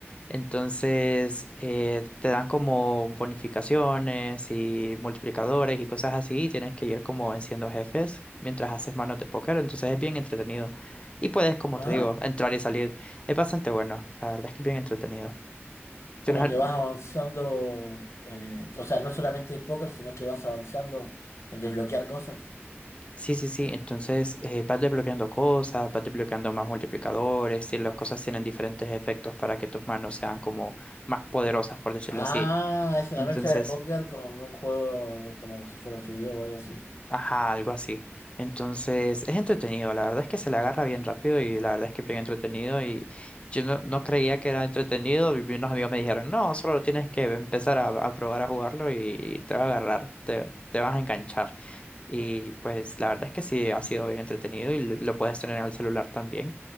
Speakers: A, on the left; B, on the left.
A: Entonces, eh, te dan como bonificaciones y multiplicadores y cosas así, y tienes que ir como venciendo jefes mientras haces manos de póker, entonces es bien entretenido. Y puedes, como
B: Ajá.
A: te digo, entrar y salir. Es bastante bueno, la verdad es que es bien entretenido. Tienes
B: Como
A: algo-
B: que vas avanzando, eh, o sea, no solamente es póker, sino que vas avanzando en desbloquear cosas.
A: Sí, sí, sí, entonces eh, vas desbloqueando cosas, vas desbloqueando más multiplicadores y las cosas tienen diferentes efectos para que tus manos sean como más poderosas, por decirlo
B: Ah,
A: así.
B: es una
A: Entonces,
B: mezcla de póker con un juego como si fuera un yu o algo así.
A: Ajá, algo así. Entonces, es entretenido, la verdad es que se le agarra bien rápido y la verdad es que es bien entretenido y yo no, no creía que era entretenido y unos amigos me dijeron, no, solo tienes que empezar a, a probar a jugarlo y te va a agarrar, te, te vas a enganchar. Y pues la verdad es que sí, ha sido bien entretenido y lo, lo puedes tener en el celular también.